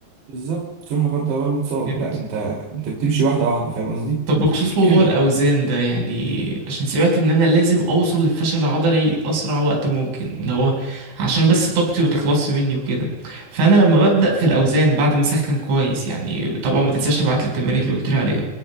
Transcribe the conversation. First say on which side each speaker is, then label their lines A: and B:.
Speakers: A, on the right; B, on the right.
A: بالظبط تروح لا قدر الله متصاب
B: فهمت
A: لا انت انت بتمشي واحده واحده فاهم قصدي
B: طب بخصوص موضوع
A: كده
B: الأوزان ده يعني عشان سمعت إن أنا لازم أوصل للفشل العضلي أسرع وقت ممكن اللي هو عشان بس طاقتي ما تخلصش مني وكده فأنا لما ببدأ في الأوزان بعد ما أسخن كويس يعني طبعا ما تنساش تبعت لي التمارين اللي قلت لي عليها